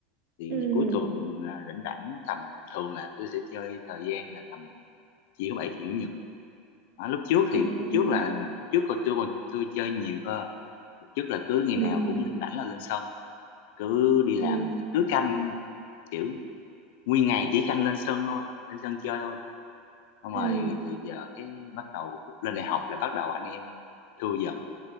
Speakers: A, on the left; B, on the right.
A: thì
B: ừ
A: cuối tuần ờ, rảnh rảnh tầm thường là tôi sẽ chơi thời gian là tầm chiều thứ bảy chiều chủ nhật Đó, lúc trước thì
B: à
A: lúc trước là lúc trước còn tôi còn tôi chơi nhiều cơ lúc trước là cứ ngày
B: ừ
A: nào cũng rảnh rảnh là lên sân cứ đi
B: ừ
A: làm thì cứ canh kiểu nguyên ngày chỉ canh lên sân thôi lên sân chơi thôi xong
B: ừ
A: rồi từ giờ cái bắt đầu khúc lên đại học là bắt đầu anh em thưa dần